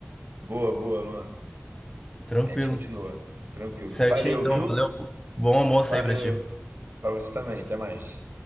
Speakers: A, on the right (about 65°); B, on the left (about 15°).
A: Boa, boa, Luan.
B: Tranquilo.
A: Aí a gente continua. Tranquilo.
B: Certinho,
A: Valeu,
B: então.
A: viu?
B: Valeu. Bom almoço
A: Valeu.
B: aí pra ti.
A: Pra você também. Até mais.